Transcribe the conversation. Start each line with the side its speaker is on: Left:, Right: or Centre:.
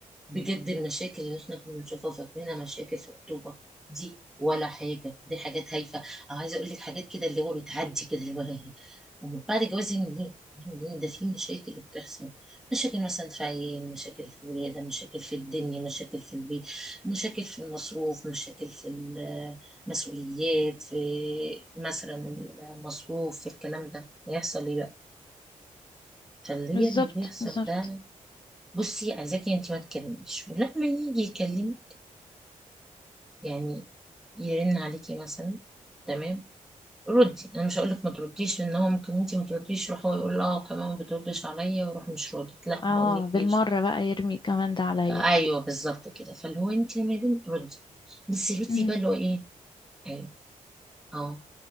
Centre: بجد المشاكل اللي احنا كنا بنشوفها فاكرينها مشاكل في الخطوبه دي ولا حاجه دي حاجات هايفه او عايزه اقول لك حاجات كده اللي هو بتعدي كده اللي هو <laughs> هي. ومن بعد الجواز يعني ايه ده في مشاكل بتحصل مشاكل مثلا في عيال مشاكل في الولاده مشاكل في الدنيا مشاكل في البيت مشاكل في المصروف مشاكل في المسؤوليات في مثلا المصروف في الكلام ده هيحصل ايه بقى فاللي
Left: بالظبط
Centre: هي اللي بيحصل
Left: بالظبط
Centre: ده بصي عايزاكي انت ما تكلميش ولما يجي يكلم يعني يرن عليكي مثلا تمام ردي انا مش هقول لك ما ترديش لان هو ممكن انت ما ترديش يروح هو يقول اه كمان ما بتردش عليا واروح مش ردت لا
Left: اه
Centre: ما اقولكيش
Left: بالمرة بقى يرمي كمان ده عليا
Centre: ايوه
Left: <laughs>
Centre: بالظبط كده فاللي هو انت لما يرن ردي بس ردي
Left: مم.
Centre: بقى اللي هو ايه ايوه اه